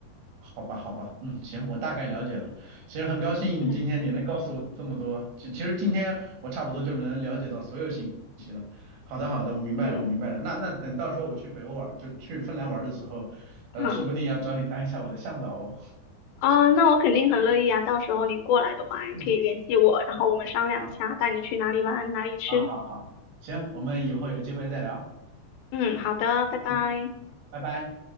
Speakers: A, on the right; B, on the left.
A: 好吧，好吧，嗯，行，我大概了解了。行，很高兴今天你能告诉我这么多。
B: 嗯
A: 其其实今天我差不多就能了解到所有信息了。好的，好的，我明白了，
B: 嗯
A: 我明白了。那那等到时候我去北欧玩，就去芬兰玩的时候，呃，
B: 啊
A: 说不定要找你当一下我的向导哦。
B: 啊，那我肯定很乐意啊。到时候你过来的话，你可以联系我，
A: 嗯，
B: 然后我们商量一下，
A: 好，
B: 带你去哪里玩，哪里吃。
A: 好，好，好，行，我们以后有机会再聊。
B: 嗯，好的，拜拜。
A: 嗯，拜拜。